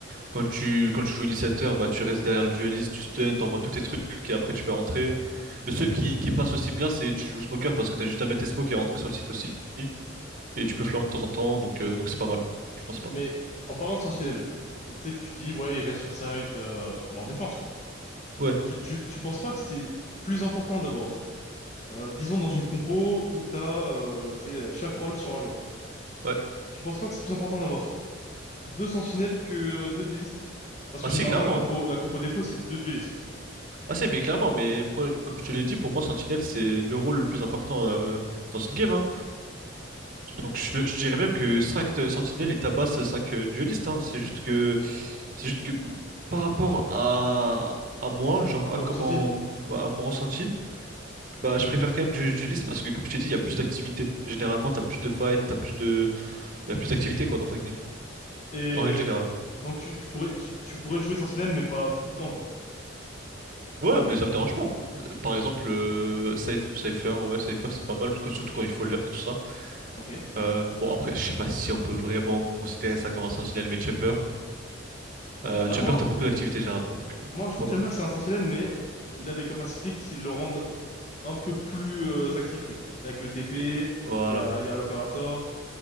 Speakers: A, on the right; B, on the left.
A: Quand tu, quand tu joues initiateur, bah, tu restes derrière le dueliste, tu stun, t'envoies tous tes trucs et après tu peux rentrer. Le seul qui, qui passe aussi bien, c'est tu joues smoker parce que t'as juste à mettre tes smokes et rentrer sur le site aussi. Et tu peux flank de temps en temps, donc euh, donc c'est pas mal. Franchement, c'est pas
B: Mais
A: mal.
B: en parlant de Sentinelle, tu sais tu dis ouais il reste sur site euh, bon, en défense quoi.
A: Ouais,
B: Tu tu tu penses pas que c'est plus important d'avoir euh, disons dans une compo où t'as euh, tu sais euh, chaque rôle sur un joueur.
A: ouais.
B: Tu penses pas que c'est plus important d'avoir deux sentinelles que euh, deux duellistes. Parce
A: Ah
B: que généralement,
A: si, clairement.
B: la compo, la compo défaut, c'est deux duellistes,
A: Ah si, mais clairement, mais moi, comme je te l'ai dit, pour moi, Sentinelle, c'est le rôle le plus important euh, dans une game, hein. Donc je, me- je dirais même que 5 sentinelles et tabassent 5 duelistes. hein. C'est juste que c'est juste que par rapport à, à moi, genre
B: à ton
A: à comment
B: ressenti.
A: ouais, à mon ressenti, bah je préfère quand même du dueliste parce que comme je t'ai dit, il y a plus d'activité. Généralement, t'as plus de fight, t'as plus de il y a plus d'activité quoi dans ta game
B: Et
A: en règle générale.
B: donc, tu, tu pourrais, tu, tu pourrais jouer sentinelle, mais pas tout le temps, quoi.
A: Ouais, mais ça me dérange pas. Euh, Par exemple, euh, Cyph- Cypher, ouais, Cypher c'est pas mal, quoi, surtout quand il faut lurk, tout ça.
B: Ok.
A: Euh, bon, après, je sais pas si on peut vraiment considérer ça comme un sentinelle, mais Chamber. Euh,
B: Euh,
A: Chamber,
B: moi,
A: t'as beaucoup d'activités généralement, donc euh,
B: moi, je
A: c'est
B: trouve
A: pas
B: que
A: mal.
B: Chamber, c'est un sentinelle, mais il a des capacités qui le rendent un peu plus euh, actif, oui. Avec le TP,
A: Et- Voilà.
B: il y a, il y a l'Opérator,